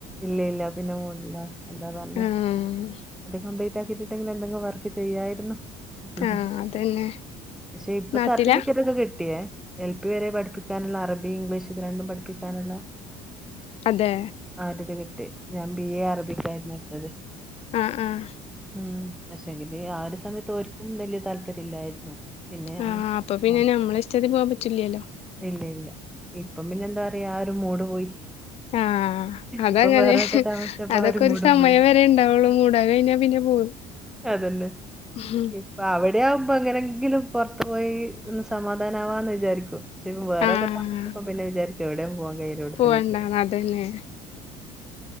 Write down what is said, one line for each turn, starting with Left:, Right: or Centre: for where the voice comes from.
Centre: ഇല്ല ഇല്ല പിന്നെ മൂടില്ല എന്താ പറഞ്ഞേ
Left: ആഹ്
Centre: ന്ത ക്കേണ്ട് പ്പക്കിട്ടിട്ടെങ്കിൽ എന്തെങ്കും വർക്ക് ചെയ്യായിരുന്നു. ഉം
Left: ആഹ് അതന്നെ
Centre: ക്ഷെ ഇപ്പൊ
Left: നാട്ടിലാ
Centre: സർട്ടിഫിക്കറ്റ് ഒക്കെ കിട്ടിയേ. എൽ പി വരെ പഠിപ്പിക്കാനുള്ള അറബി ഇംഗ്ലീഷ് ഇത് രണ്ടും പഠിപ്പിക്കാനുള്ള
Left: അതേ
Centre: ആഹ് ഒരിത് കിട്ടി ഞാൻ ബി എ അറബിക്കായിരുന്നു എടുത്തത്.
Left: ആഹ് ആഹ്
Centre: ഉം ക്ഷെങ്കില് ആ ഒരു സമയത്ത് ഓര്ക്കും വലിയ താല്പര്യം ഇല്ലായിരുന്നു. പിന്നെ ഞാൻ
Left: ആഹ് അപ്പൊ പിന്നെ
Centre: നോക്കി
Left: ഞമ്മളെ ഇഷ്ടത്തിന് പോകൻ പറ്റൂലല്ലോ?
Centre: ഇല്ല ഇല്ല ഇപ്പം പിന്നെ എന്താ പറയാ ആ ഒരു മൂഡ് പോയി.
Left: ആഹ് അതങ്ങനെ
Centre: ഇപ്പം വേറെ ഒക്കെ താമസിച്ചപ്പോ
Left: അതൊക്കെ
Centre: ആ
Left: ഒരു
Centre: മൂഡും
Left: സമയം
Centre: പോയി
Left: വരെ ഉണ്ടാവുള്ളൂ മൂഡ് അത് കഴിഞ്ഞ പിന്നെ പോയി
Centre: അതന്നെ.
Left: <unintelligible>
Centre: ഇപ്പൊ അവിടെയാവുമ്പോ എങ്ങനെങ്കിലും പുറത്തു പോയി ഒന്ന് സമാധാനമാവാന്ന് വിചാരിക്കും. പക്ഷെപ്പ വേറൊക്കെ
Left: ആഹ്
Centre: താമസിച്ചപ്പോ പിന്നെ വിചാരിക്കു എവിടെയും പോവാൻ കയ്യില്ല ഇവിടെന്ന
Left: പോവണ്ട
Centre: ഇരിക്ക.
Left: അതന്നെ